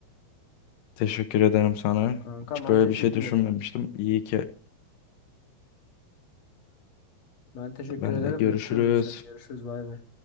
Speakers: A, on the left; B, on the left.
A: Teşekkür ederim sana.
B: Kanka
A: Hiç
B: ben
A: böyle
B: teşekkür
A: bir şey düşünmemiştim.
B: ederim.
A: İyi ki
B: Ben teşekkür
A: ben
B: ederim.
A: de görüşürüz.
B: Öpüyorum seni. Görüşürüz. Bay bay.